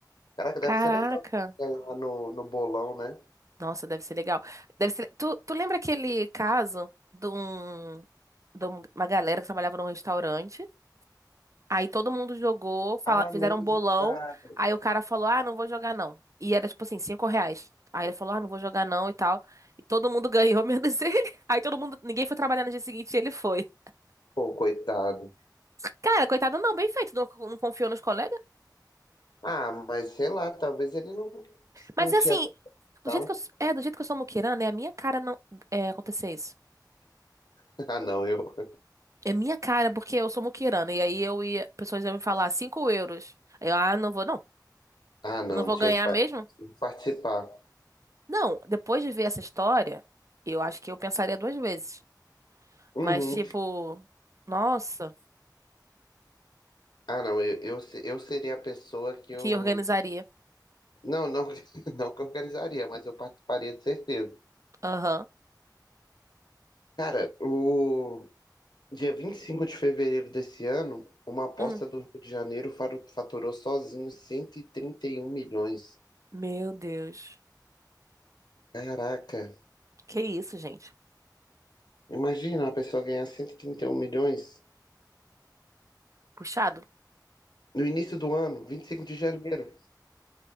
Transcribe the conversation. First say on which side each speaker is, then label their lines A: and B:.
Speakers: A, on the left (about 75°); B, on the right (about 45°).
A: Cara, deve
B: Caraca.
A: ser legal ganhar no, no bolão, né?
B: Nossa, deve ser legal. Deve ser... Tu, tu lembra aquele caso de, um, de um- uma galera que trabalhava num restaurante? Aí todo mundo jogou, fala-
A: Ah,
B: fizeram
A: menos
B: um bolão.
A: um cara.
B: Aí o cara falou: Ah, não vou jogar não. E era tipo assim, cinco reais. Aí ele falou: Ah, não vou jogar não e tal. E todo mundo ganhou, <laughs> menos ele. Aí todo mundo, ninguém foi trabalhar no dia seguinte e ele foi.
A: Pô, coitado.
B: Cara, coitado, não, bem feito, não, não confiou nos colegas.
A: Ah, mas sei lá, talvez ele não,
B: Mas
A: não tinha.
B: assim, do
A: Não.
B: jeito que eu, s- é, do jeito que eu sou muquirana, é a minha cara não é, acontecer isso.
A: <laughs> Ah, não, eu.
B: É minha cara, porque eu sou muquirana. E aí eu ia, pessoas iam me falar 5 euros. Aí Eu, ah, não vou, não.
A: Ah, não,
B: Eu não vou
A: tinha
B: ganhar
A: que par-
B: mesmo?
A: participar.
B: Não, depois de ver essa história, eu acho que eu pensaria duas vezes.
A: Uhum.
B: Mas, tipo, nossa,
A: Ah, não, eu, eu, se- eu seria a pessoa que eu.
B: que organizaria.
A: Não, não, <laughs> não que eu organizaria, mas eu participaria de certeza.
B: Aham.
A: Cara, o dia 25 de fevereiro desse ano, uma aposta
B: Hum.
A: do Rio de Janeiro faru- faturou sozinho cento e e trinta e um milhões.
B: Meu Deus.
A: Caraca,
B: Que isso, gente?
A: imagina uma pessoa ganhar cento e e trinta e um milhões
B: Puxado.
A: no início do ano, 25 de janeiro.